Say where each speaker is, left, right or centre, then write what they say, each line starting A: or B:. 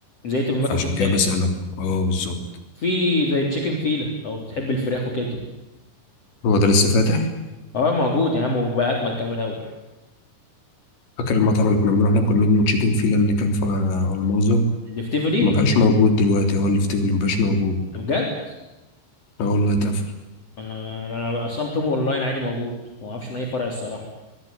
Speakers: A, on the left (about 35°); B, on the left (about 70°).
A: زي تمام
B: فعشان
A: كنتاكي
B: كده بسالك اه بالظبط
A: في زي تشيكن فيلا لو بتحب الفراخ وكده
B: هو ده لسه فاتح
A: اه موجود يا عم وبقى اجمل كمان من الاول
B: فاكر المطعم اللي كنا بنروح ناكل منه تشيكن فيلا اللي كان في المازو
A: الدفتيفو دي
B: ما بقاش موجود دلوقتي هو اللي في تيفلي ما بقاش موجود
A: ده بجد
B: اه والله اتقفل
A: انا انا اصلا بطلبه اونلاين عادي موجود ما اعرفش من اي فرع الصراحه